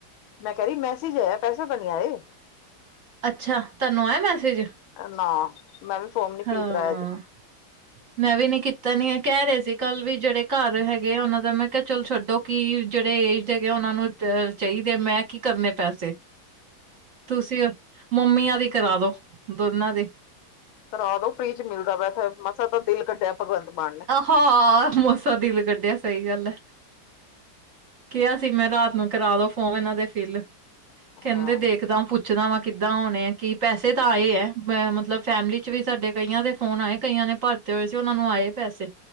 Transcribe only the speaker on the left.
ਮੈਂ ਕੈ ਰਹੀ ਮੈੇਸੇਜ ਆਇਆ ਪੈਸੇ ਤੇ ਨਹੀਂ ਆਏ।
ਨਾ ਮੈਂ ਵੀ ਫੋਮ ਨੀ
ਫਿਲ ਕਰਾਇਆ ਹਜੇ।
ਕਰਾਦੋ ਫਰੀ ਚ ਮਿਲਦਾ ਪਿਆ ਮਸਾ ਤਾਂ ਦਿਲ ਕੱਢਿਆ ਭਗਵੰਤ ਮਾਨ ਨੇ।
ਹਾਂ